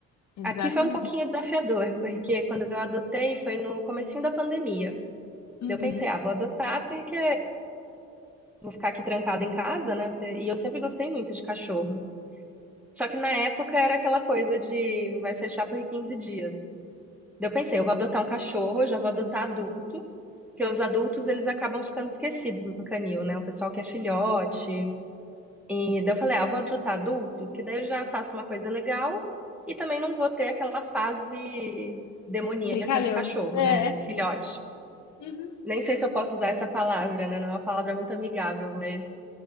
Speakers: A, on the left; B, in the centre.
A: Exatamente.
B: Aqui foi um pouquinho desafiador, porque quando eu adotei foi no comecinho da pandemia.
A: Uhum.
B: Daí Eu pensei, ah, vou adotar porque vou ficar aqui trancada em casa, né? E eu sempre gostei muito de cachorro. Só que na época era aquela coisa de vai fechar por 15 dias. Daí Eu pensei, eu vou adotar um cachorro, eu já vou adotar adulto, porque os adultos eles acabam ficando esquecidos no canil, né? O pessoal que é filhote. E daí eu falei, ah, vou adotar adulto, que daí eu já faço uma coisa legal e também não vou ter aquela fase demoníaca
A: Brincalhão.
B: do cachorro,
A: É.
B: né? Filhote.
A: Uhum.
B: Nem sei se eu posso usar essa palavra, né? Não é uma palavra muito amigável, mas